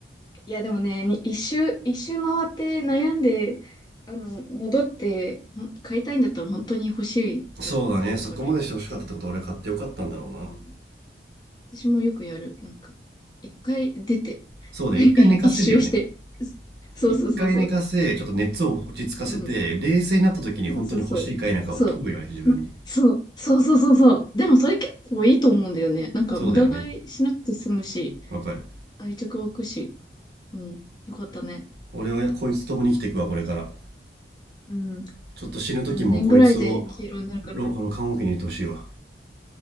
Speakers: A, on the left; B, on the right.
A: いや、でもね、に一周、一周回って悩んで、あの、戻って、ほん買いたいんだったら本当に欲しいと思うから。
B: そうだねそこまでして欲しかったってことは俺買ってよかったんだろうな
A: うん、うん私もよくやる。なんか、一回出て、
B: そうだね一回寝かせるよね
A: <laughs> 一周して。そうそうそうそう。
B: 一回寝かせちょっと熱を落ち着かせて冷静になった時に本当に欲しいか否かを問うよね自分に
A: うんそうそうそう。そう。まそう、そうそうそうそう。でもそれ結構いいと思うんだよね。なんか無駄買いしなくて済むし、
B: そうだよねわかる
A: 愛着湧くし。うん。よかったね。
B: 俺はこいつともに生きていくわこれから
A: うん。
B: ちょっと死ぬ時もこいつを
A: 何年ぐらいで黄色になるかな。
B: ろあの看護機に入れてほしいわ